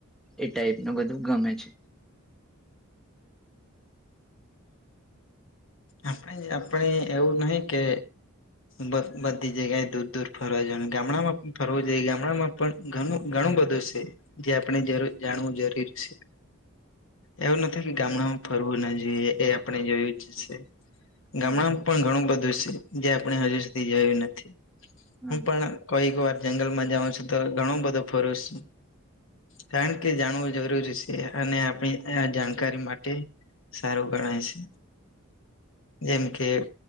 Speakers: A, in the centre; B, on the left.
A: એ ટાઈપ નુ બધું ગમે છે.
B: આપણે આપળે એવું નહીં કે બ બધી જગ્યાએ દૂર દૂર ફરવા જાવાનું ગામડામાં પણ ફરવાું જુઈએ, ગામડામાં પણ ઘણું ઘણું બધું સે જે આપણે જરૂર જાણવું જરૂરી સે. એવું નથી ગામડામાં ફરવું ના જોઈએ એ આપણે જોયું જ છે.
A: હમ
B: ગામડામાં પણ ઘણું બધું સે જે આપણે હજુ સુધી જોયું નથી,
A: હમ
B: હું પણ કોઈક વાર જંગલમાં જાઉ છું તો ઘણું બધું ફરું સુ કરણ કે જાણવું જરૂરી સે કે અને આપણી આ જાણકારી માટે સારું ગણાય સે જેમ કે